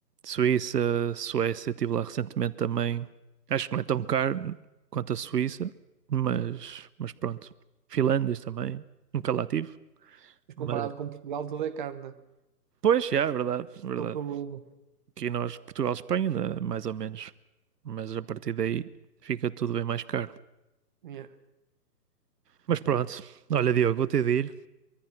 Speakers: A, on the right; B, on the right.
A: Suíça, Suécia, estive lá recentemente também. Acho que não é tão caro quanto a Suíça, mas, mas pronto. Finlândias também, nunca lá tive.
B: Mas
A: Mas,
B: comparado com Portugal, tudo é carne. né?
A: pois, já, é verdade, é verdade.
B: É o problema.
A: Aqui nós, Portugal, Espanha, ainda mais ou menos. Mas a partir daí fica tudo bem mais caro.
B: Yeah.
A: Mas pronto, olha, Diogo, vou ter de ir.